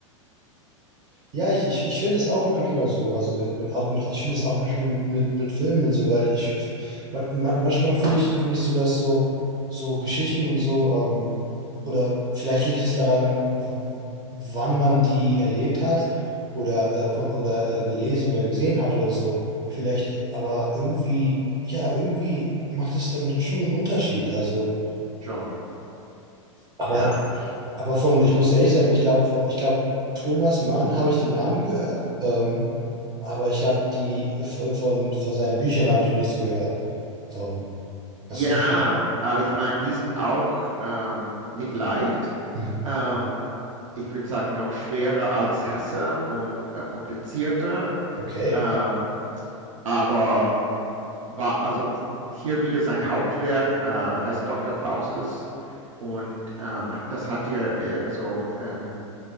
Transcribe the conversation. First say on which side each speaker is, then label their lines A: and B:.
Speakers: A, on the right; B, on the right.
A: Ja, ich, ich, ich finde es auch manchmal so, also mit, mit, auch mit, ich finde es auch manchmal mit, mit, mit Filmen und so, weil ich, man, man, manchmal finde ich, finde ich so, dass so, so Geschichten und so, ähm, oder vielleicht liegt es daran, w- wann man die erlebt hat oder, äh, ko- oder äh, gelesen oder gesehen hat oder so, vielleicht, aber irgendwie, ja, irgendwie macht es dann schon einen Unterschied, also,
B: Schon,
A: aber
B: ja.
A: aber von, ich muss ehrlich sein, ich glaube von, ich glaube, Thomas Mann habe ich den Namen gehört, ähm, aber ich habe die von, von, von seinen Büchern habe ich noch nichts gehört. Ähm, was
B: Ja,
A: sind?
B: äh, ich meine, die sind auch ähm, nicht leicht.
A: Mhm.
B: Ähm, ich würde sagen, noch schwerer als Hesse und äh, komplizierter.
A: Okay.
B: Ähm, aber war also hier wieder sein Hauptwerk äh, heißt Dr. Faustus und ähm, das hat er äh, also ähm,